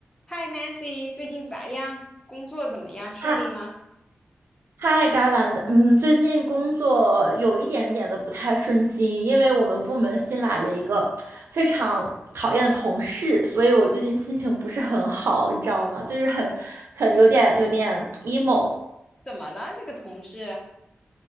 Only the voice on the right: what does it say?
嗨嗨，Garland，嗯，最近工作有一点点的不太顺心，因为我们部门新来了一个非常讨厌的同事，所以我最近心情不是很好，你知道吗？就是很很有点有点 emo。